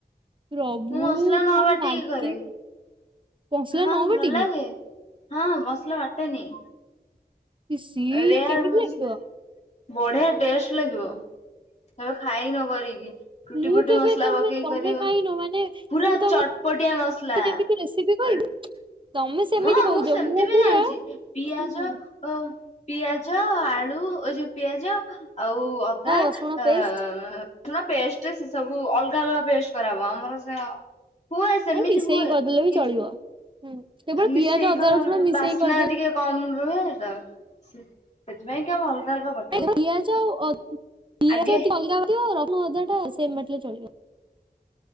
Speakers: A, on the right; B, on the left.
A: ପ୍ରଭୁ
B: ମୁଁ ମସଲା ନ
A: କଣ
B: ବାଟିକି
A: ଲାଗେ
B: କରେ।
A: ମସଲା
B: ହଁ
A: ନ ବାଟିକି
B: ଭଲ ଲାଗେ। ହଁ ମସଲା ବାଟେନି।
A: ଇସି ଇଏ
B: ରେୟାର
A: କେମିତି
B: ମସଲା।
A: ଲାଗିବ
B: ବଢିଆ ଟେଷ୍ଟ ଲାଗିବ କେବେ ଖାଇ ନ କରିକି। କୁଟି
A: ମୁଁ
B: ଫୁଟି
A: କେବେ
B: ମସଲା
A: ତମେ
B: ପକେଇକି
A: ତମେ
B: କରିବ
A: ଖାଇନ ମାନେ
B: ପୁରା
A: ମୁଁ ତମକୁ
B: ଚଟପଟିଆ ମସଲା
A: ଯେମିତି ରେସିପି କହିବି
B: ଅ
A: ତମେ ସେମିତି
B: ହଁ
A: କହୁଛ
B: ମୁଁ ସେମିତି ବି
A: ପୁରା
B: ଜାଣିଛି ପିଆଜ।
A: ହୁଁ
B: ଓ ପିଆଜ ଆଳୁ ଏ ଯୋଉ ପିଆଜ। ଆଉ ଅଦା
A: ରସୁଣ
B: ଆଁ।
A: ପେଷ୍ଟ
B: ରସୁଣ ପେଷ୍ଟ ସେ ସବୁ ଅଲଗା ଅଲଗା ପେଷ୍ଟ କରାହବ ଆମର ସେ। ହୁଏ ସେମିତି
A: ନାଇଁ ମିଶେଇକି
B: ହୁଏ
A: କରିଦେଲେ ବି
B: କିନ୍ତୁ
A: ଚଳିବ। ହୁଁ କେବଳ
B: ମିଶେଇ
A: ପିଆଜ ଅଦା
B: କଲ
A: ରସୁଣ ମିଶେଇ
B: ବାସ୍ନା
A: କରିଦେଲେ
B: ଟିକେ। କମ ରୁହେ ତ ସେ ସେଥିପାଇଁ କି ଆମ ଅଲଗା ଅଲଗା ବାଟୁ।
A: ଖାଲି ପିଆଜ ଆଉ ଅ ପିଆଜ
B: ଆଗେ
A: ଟା ଅଲଗା ବାଟିବ ରସୁଣ ଅଦା ଟା ସେମ ବାଟିଲେ ଚଳିବ ‌।